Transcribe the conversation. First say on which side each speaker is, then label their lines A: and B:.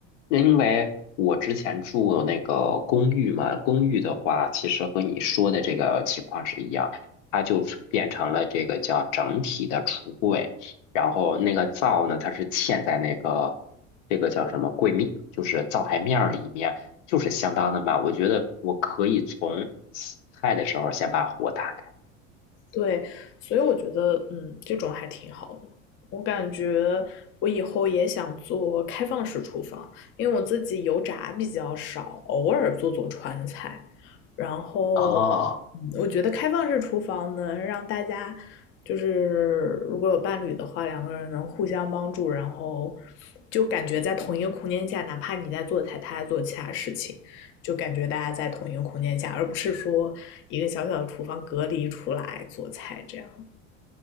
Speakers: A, on the left; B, on the left.
A: 因为我之前住那个公寓嘛，公寓的话，其实和你说的这个情况是一样，它就是变成了这个叫整体的橱柜，然后那个灶呢，它是嵌在那个这个叫什么柜面，就是灶台面儿里面，就是相当的满。我觉得我可以从洗菜的时候先把火打开。
B: 对，所以我觉得，嗯，这种还挺好的。我感觉我以后也想做开放式厨房，因为我自己油炸比较少，偶尔做做川菜，然后，
A: 啊、
B: 嗯我觉得开放式厨房能让大家，就是如果有伴侣的话，两个人能互相帮助，然后就感觉在同一个空间下，哪怕你在做菜，他在做其他事情，就感觉大家在同一个空间下，而不是说一个小小的厨房隔离出来做菜这样。